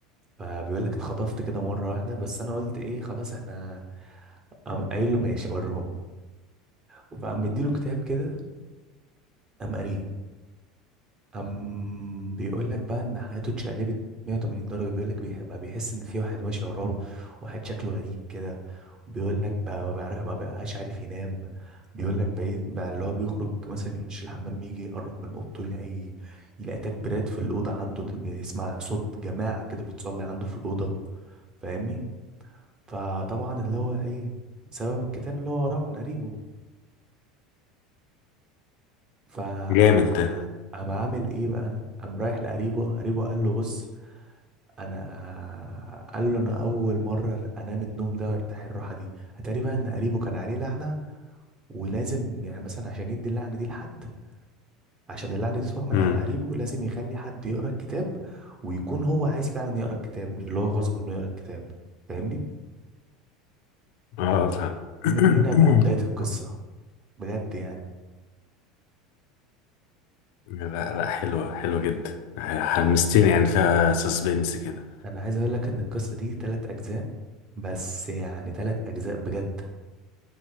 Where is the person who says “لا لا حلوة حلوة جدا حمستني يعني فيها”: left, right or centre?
Left